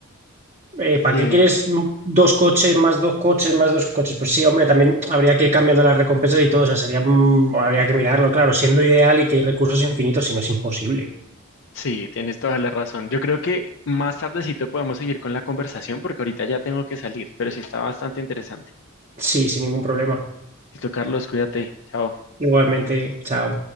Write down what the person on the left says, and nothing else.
sí,
Sí, tienes toda la razón. Yo creo que más tardecito podemos seguir con la conversación porque ahorita ya tengo que salir, pero sí está bastante interesante.
Listo, Carlos, cuídate. Chao.